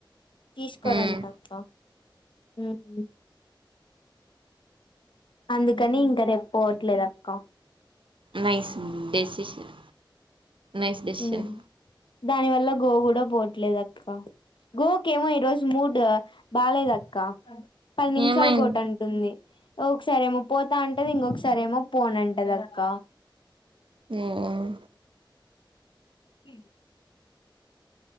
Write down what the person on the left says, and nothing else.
తీస్కోరంట
అక్క మ్మ్ అందుకని ఇంక రేపు పోట్లేదు అక్క
మ్మ్ దాని వల్ల గో గూడా పోట్లేదు అక్క గోకేమో ఈ రోజు మూడ్ బాలేదక్క పది నిమిషాల
కోటిఅంటుంది ఒకసారేమో పోతా అంటది ఇంకొకసారేమో పోను అంటది అక్క
హ